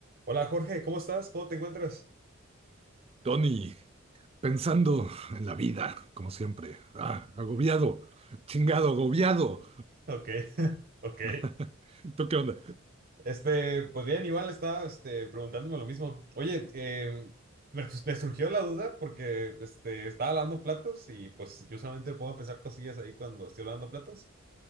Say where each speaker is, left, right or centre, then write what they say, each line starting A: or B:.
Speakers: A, on the right; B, on the right.
A: Hola Jorge, ¿cómo estás? ¿Cómo te encuentras?
B: Tony, pensando en la vida, como siempre. Ah, agobiado, chingado, agobiado.
A: Ok, <laughs> ok.
B: <laughs> ¿Tú qué onda?
A: Este, pues bien, igual estaba este, preguntándome lo mismo. Oye, eh, me, me surgió la duda porque este, estaba lavando platos y pues yo solamente puedo pensar cosillas ahí cuando estoy lavando platos.